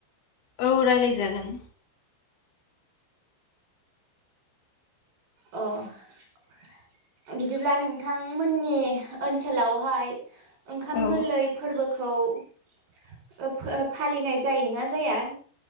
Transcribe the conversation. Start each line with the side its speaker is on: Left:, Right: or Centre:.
Left: औ रायलायजागोन
Right: अ बिदिब्ला नोंथांमोननि ओनसोलावहाय ओंखाम
Left: औ
Right: गोरलै फोरबो खौ ओ फो फालिनाय जायोना जाया?